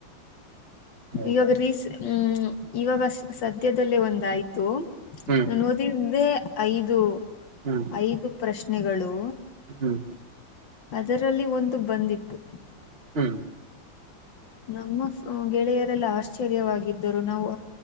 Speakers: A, on the right (about 35°); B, on the left (about 70°).
A: ಹೌದಾ
B: ಇವಾಗ ರೀಸ್ ಹ್ಮ್ ಇವಾಗ ಸದ್ಯದಲ್ಲೇ ಒಂದಾಯ್ತು
A: ಹ್ಮ್
B: ನಾನು ಓತಿದ್ದೆ ಐದು
A: ಹ್ಮ್
B: ಐದು ಪ್ರಶ್ನೆಗಳು
A: ಹ್ಮ್
B: ಅದರಲ್ಲಿ ಒಂದು ಬಂದ್ಿತ್ತು
A: ಹ <unintelligible>
B: ನಮ್ಮ ಗೆಳೆಯರೆಲ್ಲ ಆಶ್ಚರ್ಯವಾಗಿದ್ದರು ನಾವು